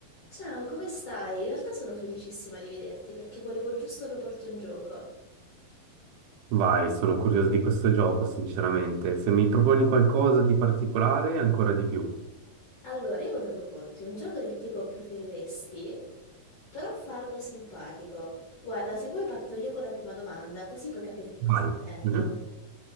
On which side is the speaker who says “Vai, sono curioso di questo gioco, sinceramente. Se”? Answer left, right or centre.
Right